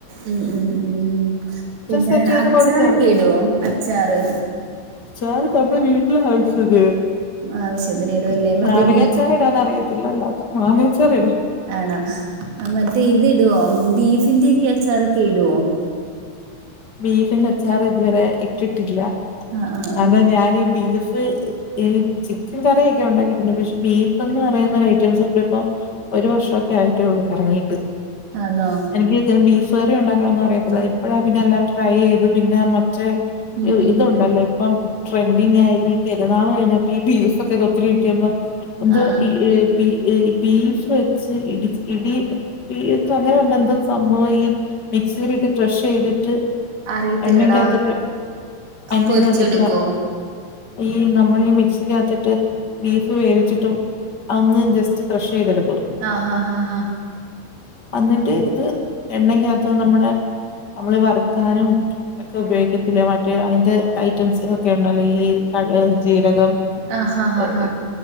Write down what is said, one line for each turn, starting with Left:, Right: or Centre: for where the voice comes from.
Right: ഉം ഉം ഉം ഉം പിന്നെ
Left: സെറ്റ് ചെയ്ത്
Right: അച്ചാറൊക്കെ
Left: കൊടുത്താ മതി
Right: ഇടോ അച്ചാറ്
Left: <unintelligible> വീട്ടിലെ <unintelligible>
Right: ആവശ്യത്തിന് ഇടും അല്ലേ മറ്റേ
Left: നാരങ്ങാച്ചാർ
Right: ബീ
Left: ഇടാൻ അറിയത്തില്ല മാങ്ങ അച്ചാറിടാം
Right: ആണോ മറ്റേ ഇത് ഇടുവോ ബീഫിന്റെക്കെ അച്ചാറൊക്കെ ഇടുവോ
Left: ബീഫിന്റെ അച്ചാറ് ഇതുവരെ ഇട്ടിട്ടില്ല
Right: ആഹ് ആഹ്
Left: കാരണം
Right: ആഹ്
Left: ഞാൻ ഈ ബീഫ് ഈ ചിക്കൻ കറിയൊക്കെ ഉണ്ടാക്കിയിട്ടുണ്ട് പക്ഷെ ബീഫ് എന്ന് പറയുന്ന ഐറ്റംസ് ഇവിടെ ഇപ്പോ ഒരു വർഷമൊക്കെ ആയിട്ടേള്ളൂ ഇറങ്ങീട്ട്
Right: ആണോ
Left: <unintelligible> ബീഫ് കറി ഉണ്ടാക്കാൻ ഒന്നും അറിയത്തില്ല ഇപ്പോഴാ പിന്നെ എല്ലാം ട്രൈ ചെയ്ത് പിന്നെ നമു മറ്റേ
Right: ഉം ഉം
Left: ഇതുണ്ടല്ലോ ഇപ്പം ട്രെൻഡിങ് ആയത് ഈ പെരുന്നാൾ കഴിഞ്ഞപ്പോ ബീഫ് ഒക്കെ ഒത്തിരി കിട്ടിയപ്പോ എന്തോ
Right: ആഹ് ആഹ്
Left: ഈ ബി -ബീഫ് വെച്ച് ഇടിച്ച് ഇടി എന്തൊ അങ്ങനെ പറഞ്ഞു എന്തോ സംഭവം ഈ മിക്സിയിട്ട് ക്രഷ് ചെയ്തിട്ട്
Right: അറിയത്തില്ലടാ
Left: എണകത്തിട്ട് എണകേത്തിട്ട്
Right: പൊരിച്ചെടുക്കുവോ?
Left: വ ഈ നമ്മൾ ഈ മിക്സിക്കത്തിട്ട് ബീഫ് വേവിച്ചിട്ട് അത് ഒന്ന് ജസ്റ്റ് ക്രഷ് ചെയ്തെടുക്കൂ.
Right: ആഹ ആഹ ആഹ ഹാ
Left: അന്നിട്ട് ഇത് എണ്ണക്കകത്ത് നമ്മുടെ നമ്മള് വറ ക്കാനും ഒക്കെ ഉപയോഗിക്കത്തില്ല മറ്റേ അതിന്റെ ഐറ്റംസ് ഒക്കെ ഉണ്ടല്ല ഈ അത് ജീരകം
Right: ആഹ് ഹാ ഹാ
Left: എ
Right: ഹാ